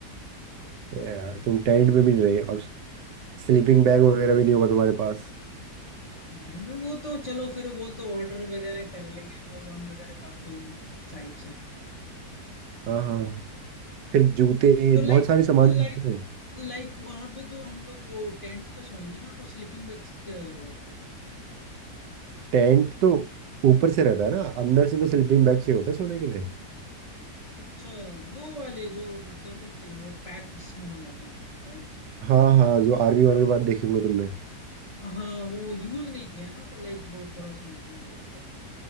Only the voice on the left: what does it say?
नहीं भाई वो तो चलो फिर वो तो ऑर्डर वगैरह कर लेंगे अमेजोन वगैरह काफी मतलब साइट्स हैं
तो लाइक
लाइक
लाइक वहां पे तो हम लोग वो टेंट पे सोएंगे ना तो स्लीपिंग बैग्स की क्या जरूरत है
अच्छा वो वाले जो क्या बोलते हैं वो पैक जिसमें हो जाता है राइट
हाँ वो यूज नहीं किया ना तो लाइक वो थोड़ा समझने में दिक्कत था